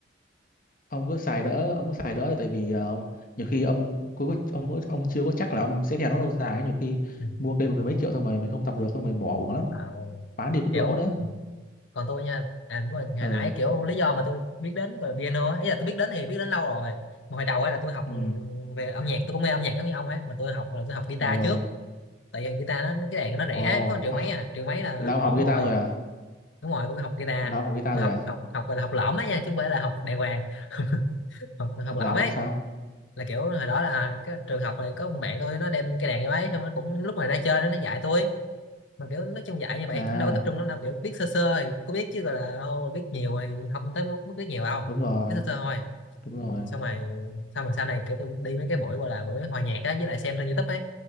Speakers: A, on the left (about 50°); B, on the left (about 80°).
A: ông cứ xài đỡ ông cứ xài đỡ thì tại vì ờ, nhiều khi ông cứ ông ông, ông chưa có chắc là ông sẽ theo nó lâu dài ấy. nhiều khi
B: Ừ.
A: mua cây mười mấy triệu xong rồi mình không tập được xong rồi mình bỏ uổng lắm
B: Ờ,
A: bán đi cũng
B: kiểu
A: lỗ nữa
B: còn tôi nha à đúng rồi hồi
A: ờ
B: nãy kiểu lý do mà tôi biết đến về piano ấy ý là tôi biết đến thì biết đến lâu rồi mà hồi đầu ấy là tôi học
A: ừ
B: ừ, về âm nhạc tôi cũng mê âm nhạc giống như ông ấy mà tôi học là tôi học guitar
A: ờ
B: trước tại vì guitar nó cái đàn nó rẻ
A: ồ
B: có một triệu
A: à,
B: mấy à triệu mấy là
A: là
B: học
A: ông
B: ổn
A: học guitar
B: rồi
A: rồi à
B: đúng rồi tôi có học guitar
A: là ông học guitar
B: mà
A: rồi
B: học
A: à
B: học học gọi là học lõm á nha chứ không phải là học đàng hoàng <laughs> học học
A: ông
B: lõm
A: làm ông
B: ấy
A: học sao
B: là kiểu hồi đó là cái trường học này có một bạn tôi nó đem cái đàn vô ấy xong nó cũng lúc mà ra chơi nó, nó dạy tôi mà kiểu nói chung dạy như vậy
A: à
B: cũng đâu có tập trung lắm đâu kiểu biết sơ sơ thì có biết chứ gọi là ô, biết nhiều thì không tới mức mức biết nhiều đâu
A: đúng rồi
B: biết sơ sơ thôi
A: đúng rồi
B: xong rồi xong rồi sau này kiểu tôi đi mấy cái buổi gọi là buổi hòa nhạc á với lại xem trên YouTube ấy